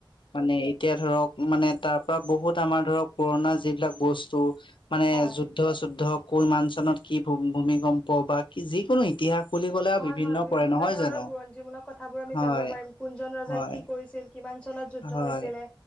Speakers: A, on the left; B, in the centre.
A: মানে- এতিয়া ধৰক মানে তাৰ পৰা বহুত আমাৰ ধৰক পুৰণা যিবিলাক বস্তু মানে
B: হয়
A: - যুদ্ধ- চুদ্ধ কিমান চনত, কি ভূমিকম্প বা কি যিকোনো ইতিহাস- বুলি ক'লে আৰু
B: হয়, হয়। বিভিন্ন
A: পৰে নহয়
B: ধৰণৰ
A: জানো?
B: বুৰঞ্জীমূলক কথাবোৰ আমি
A: হয়
B: জানিব পাৰিম কোনজন ৰজাই
A: হয়
B: কি কৰিছিল, - কিমান চনত যুদ্ধ
A: হয়
B: হৈছিলে,